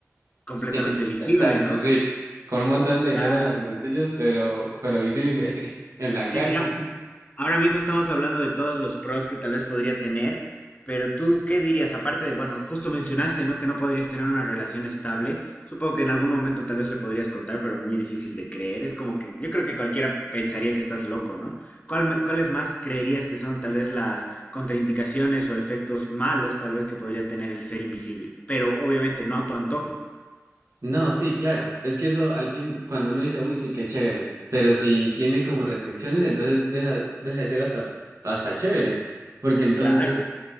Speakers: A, on the left; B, on the right.
A: completamente
B: Sí,
A: visible,
B: exacto,
A: ¿no?
B: sí, con un montón de dinero
A: Claro.
B: en los bolsillos, pero, pero visible <laughs> en la
A: Y
B: cárcel.
A: mira, Ahora mismo estamos hablando de todos los pros que tal vez podría tener, pero tú, ¿qué dirías? Aparte de, bueno, justo mencionaste, ¿no? Que no podrías tener una relación estable. Supongo que en algún momento tal vez le podrías contar, pero muy difícil de creer. Es como que yo creo que cualquiera pensaría que estás loco, ¿no? ¿Cuál ma- ¿Cuáles más creerías que son tal vez las contraindicaciones o efectos malos tal vez que podría tener el ser invisible? Pero obviamente no a tu antojo.
B: No, sí, claro. Es que eso al fin, cuando uno dice, uy, sí, qué chévere, pero si tiene como restricciones, entonces deja, deja de ser hasta, hasta chévere. Porque entonces,
A: Claro,